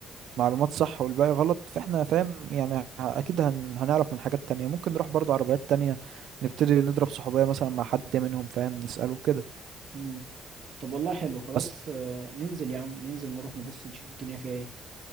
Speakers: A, on the right; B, on the right.
A: معلومات صح والباقي غلط فاحنا فاهم يعني اكيد هن... هنعرف من حاجات تانية ممكن نروح برضو عربيات تانية نبتدي نضرب صحوبية مثلا مع حد منهم فاهم نسأله كده
B: امم طب والله حلو خلاص
A: بس
B: آه، ننزل يا عم ننزل نروح نبص نشوف الدنيا فيها ايه